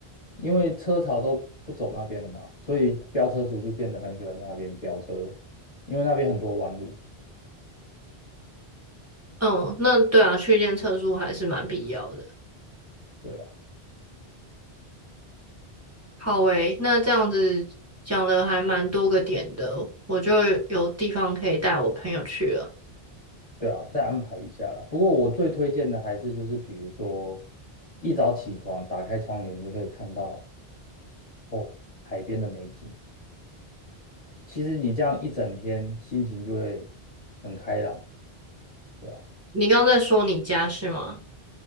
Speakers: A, on the left; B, on the right.
A: 因为车潮都不走那边了嘛，所以飙车族就变得很喜欢在那边飙车，因为那边很多弯路。
B: 嗯，那对啊，去练测速还是蛮必要的。
A: 对啊。
B: 好诶，那这样子讲了还蛮多个点的，我就有地方可以带我朋友去了。
A: 对啊，再安排一下啦。不过我最推荐的还是就是，比如说一早起床，打开窗帘就可以看到哦海边的美景。其实你这样一整天，心情就会很开朗，对吧？
B: 你刚刚在说你家是吗？